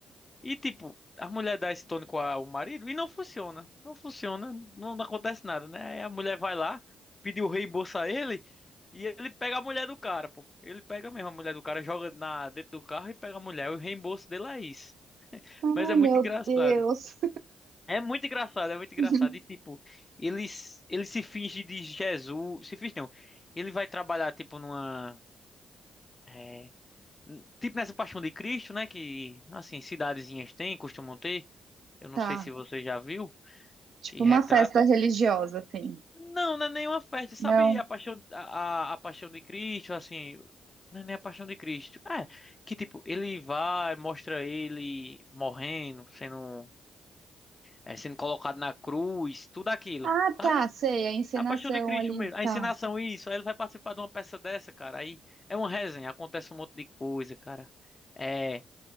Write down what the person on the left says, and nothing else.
E tipo, a mulher dá esse tônico ao marido e não funciona. Não funciona, não acontece nada, né? Aí a mulher vai lá, pede o reembolso a ele e ele pega a mulher do cara, pô. Ele pega mesmo a mulher do cara, joga na dentro do carro e pega a mulher. O reembolso dele é isso.
Mas é muito
engraçado.
É muito engraçado, é muito engraçado.
E tipo, ele, s- ele se finge de Jesus. Se finge não. Ele vai trabalhar, tipo, numa. é, n- Tipo nessa Paixão de Cristo, né? Que, assim, cidadezinhas têm, costumam ter. Eu não
sei se você já viu,
que retrata.
Não, não é nenhuma festa, sabe?
A paixão, a, a a paixão de Cristo, assim. Não é nem a paixão de Cristo. É, que tipo, ele vai, mostra ele morrendo, sendo, é, sendo colocado na cruz, tudo aquilo,
sabe?
É A paixão de Cristo
mesmo.
A
ensinação, isso. Aí ele vai participar de uma peça dessa, cara. Aí é uma resenha, acontece um monte de coisa, cara. É,